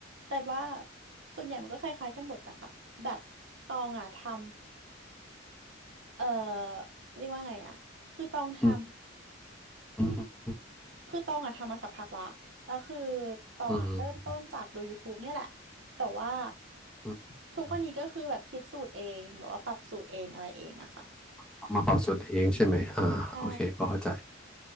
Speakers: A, on the right; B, in the centre.
A: แต่ว่าส่วนใหญ่มันก็คล้ายๆกันหมดนะคะแบบตองอ่ะทำเอ่อเรียกว่าไงอ่ะคือตองทำ
B: อืมอืมอ
A: คือตองอะทำมาสักพักละ แล้วคือตองอะเริ่มต้นจากดู
B: ืม
A: YouTube เนี่ยแหละ แต่ว่า
B: อืม
A: ทุกวันนี้ก็คือแบบคิดสูตรเองแบบว่าปรับสูตรเองอะไรเองอะค่ะ
B: ครับเอามาปรับสูตรเองใช่ไหมอ่าโอเคพอเข้าใจ
A: ใช่